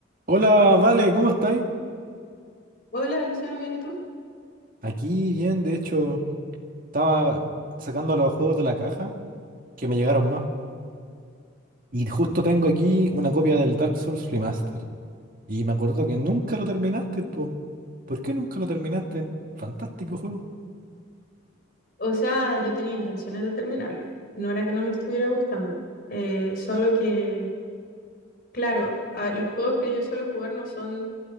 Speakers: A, on the right; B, on the left.
A: Hola, Vale, ¿cómo estáis?
B: Hola, Luciano, ¿bien y tú?
A: Aquí bien, de hecho, estaba sacando los juegos de la caja que me llegaron más. Y justo tengo aquí una copia del Dark Souls Remaster. Y me acuerdo que nunca lo terminaste, po. ¿Por qué nunca lo terminaste? Fantástico juego.
B: O sea, yo tenía intenciones de terminarlo. No era que no me estuviera gustando. Eh, solo que, claro, a- los juegos que yo suelo jugar no son